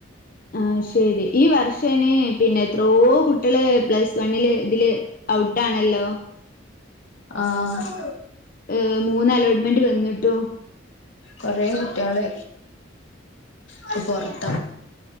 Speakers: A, on the left; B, on the left.
A: അഹ്ശെരി. ഈ വർഷയ്ന് പിന്നെ എത്രോ കുട്ട്യള് പ്ലസ് വണ്ണില് തില് ഔട്ടാണല്ലോ...
B: ആഹ്
A: അ്... മൂന്നലോട്ട്മെന്റ് വന്നിട്ടും
B: കൊറേ കുട്ട്യാള് പ്പ പൊർത്ത